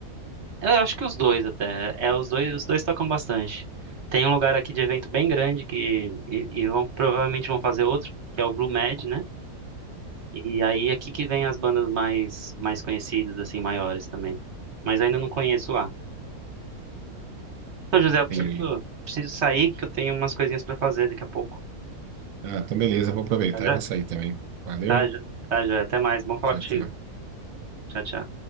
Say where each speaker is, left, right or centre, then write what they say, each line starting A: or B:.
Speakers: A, on the right (about 50°); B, on the right (about 70°).
A: Eu acho que os dois até. É, os dois, os dois tocam bastante. Tem um lugar aqui de evento bem grande que e, e vão provavelmente vão fazer outro, que é o Blue Med, né? E aí é aqui que vem as bandas mais mais conhecidas assim, maiores também. Mas ainda não conheço lá. Então, José, eu preciso,
B: Entendi.
A: preciso sair que eu tenho umas coisinhas pra fazer daqui a pouco.
B: Ah, então beleza, eu vou aproveitar
A: Tá já?
B: e vou sair também. Valeu.
A: Tá, já, tá já. Até mais. Bom falar
B: Tchau,
A: contigo.
B: tchau.
A: Tchau, tchau.